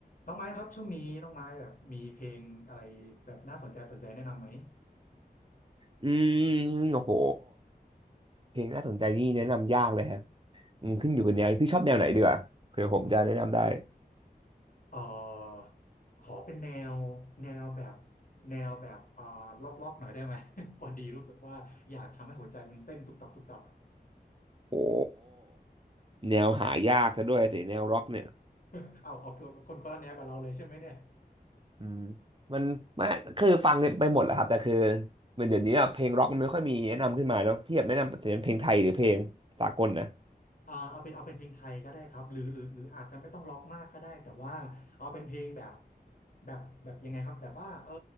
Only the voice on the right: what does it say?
อืมโอ้โหเพลงน่าสนใจนี่แนะนำยากเลยฮะอืมขึ้นอยู่กับแนวพี่ชอบแนวไหนดีกว่าเผื่อผมจะแนะนำได้
โอ้แนวหายากซะด้วยสิแนวร็อกเนี่ย
อืมมันไม่คือฟังไปหมดแหละครับแต่คือเหมือนเดี๋ยวนี้อะเพลงร็อกมันไม่ค่อยมีแนะนำขึ้นมาเนาะพี่อยากแนะนำแต่เป็นเพลงไทยหรือเพลงสากลนะ